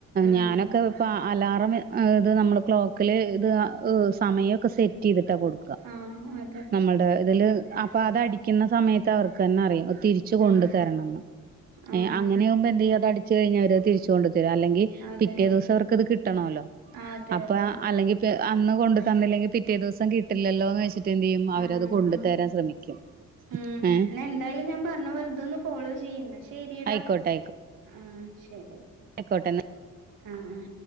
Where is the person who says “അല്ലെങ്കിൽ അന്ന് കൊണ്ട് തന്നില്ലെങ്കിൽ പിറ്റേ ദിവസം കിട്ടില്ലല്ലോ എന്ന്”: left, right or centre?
Right